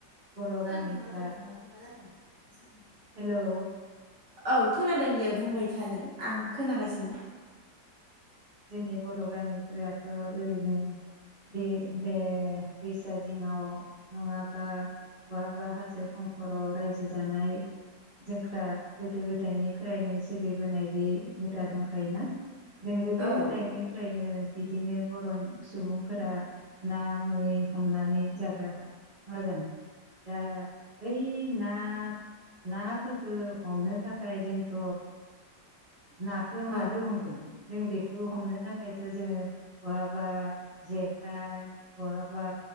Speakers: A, on the right; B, on the right.
A: बर' गामिफ्रा
B: सानदुङा गैदुङा दुङा जादोंमोन सद
A: हेलौ
B: औ खोनादों दे बुंबाय थ नों आं खोनागासिनो
A: जोंनि बर' गामिफोराथ' ओरैनो बे जे रिसार्जिंआव नङाबा बा बा हाजो खंखराव रायजो जानाय जोंफ्रा गोदो गोदायनिफ्रायनो सोलिबोनाय बे हुदा दंखायोना जों गोदो
B: औ
A: गोदायनिफ्रायनो बिदिनो बर' सुबुंफोरा ना मै हमनानै जाग्रााखा मा जानो दा ओइ ना नाफोरख हमनो थाखाय जोंथ' नाखौ
B: औ
A: मादो हम जों बेखौ हमनो थाखायथ' जोङो बहाबा जेखाइ बहाबा